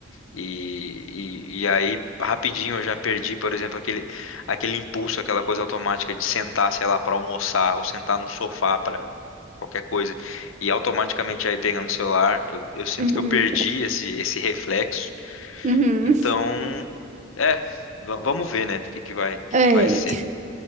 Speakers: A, on the left (about 80°); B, on the right (about 35°).
A: E, e, e aí, rapidinho, eu já perdi, por exemplo, aquele, aquele impulso, aquela coisa automática de sentar, sei lá, para almoçar ou sentar no sofá para qualquer coisa. E automaticamente aí pegando o celular, eu, eu sinto
B: uhum,
A: que eu perdi esse, esse reflexo.
B: uhum.
A: Então, é, va- vamos ver, né? O que que vai, o que
B: É.
A: que vai ser.